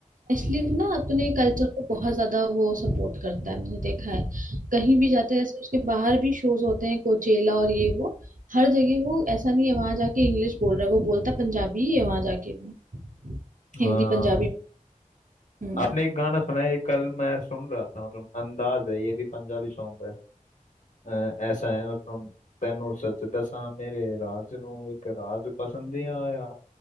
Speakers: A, on the right; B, on the left.
A: स्लीव ना अपने कल्चर को बहुत ज्यादा वो सपोर्ट करता है मैंने देखा है कहीं भी जाते हैं जैसे उसके बाहर भी शोज होते हैं कोचेला और ये वो हर जगह वो ऐसा नहीं है वहां जाके इंग्लिश बोल रहा है वो बोलता है पंजाबी ही है वहां जाके भी
B: हाँ
A: हिंदी पंजाबी हम्म
B: आपने एक गाना सुना है ये कल मैं सुन रहा था मतलब अंदाज है ये भी पंजाबी सॉन्ग है ਅਹ ਐਸਾ ਹੈ ਮਤਲਬ ਤੈਨੂੰ ਸੱਚ ਦੱਸਾਂ ਮੇਰੇ ਰਾਜ ਨੂੰ ਇੱਕ ਰਾਜ ਪਸੰਦ ਆਇਆ